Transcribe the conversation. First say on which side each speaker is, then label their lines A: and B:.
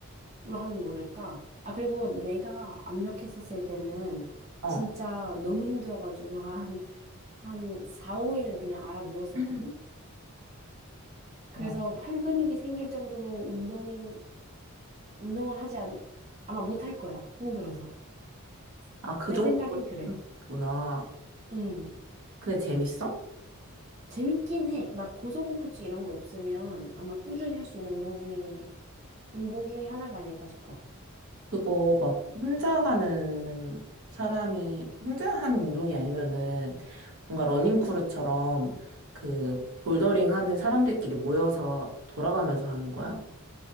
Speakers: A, on the right; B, on the right.
A: 하면 모를까? 아, 그리고 내가 압력했었을 때는
B: 어.
A: 진짜 너무 힘들어가지고 한, 한 4, 5일은 그냥 알아 누웠었거든?
B: 음.
A: 그래서
B: 어.
A: 팔 근육이 생길 정도로 운동, 운동을 하지 않, 아마 못할 거야. 힘들어서.
B: 아, 그
A: 내
B: 정도구나.
A: 생각엔 그래. 음,
B: 근데 재밌어?
A: 재밌긴 해. 막 고소공포증 이런 거 없으면 아마 꾸준히 할 수 있는 운동 중에, 운동 중에 하나가 아닐까 싶어.
B: 그거 막 혼자 하는 사람이 혼자 하는 운동이 아니면은 뭔가 러닝크루처럼 그 볼더링 하는 사람들끼리 모여서 돌아가면서 하는 거야?